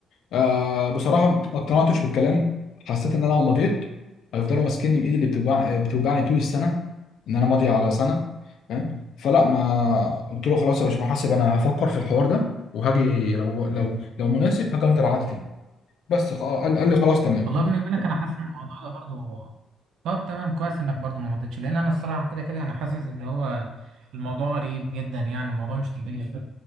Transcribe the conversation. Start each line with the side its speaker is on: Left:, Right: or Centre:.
Left: آه بصراحه ما اقتنعتش بالكلام حسيت ان انا لو مضيت هيفضلوا ماسكيني بايدي اللي بتوجع بتوجعني طول السنه ان انا ماضي على سنه فاهم فلا ما قلت له خلاص يا باشمهندس انا هفكر في الحوار ده وهاجي لو لو لو مناسب هاجي امضي العقد تاني بس خ- قال قال لي خلاص تمام
Right: والله بيني وبينك انا حاسس ان الموضوع ده برضو طب تمام كويس انك برضو ما مضيتش لان انا الصراحه كده كده انا حاسس ان هو الموضوع غريب جدا يعني الموضوع مش طبيعي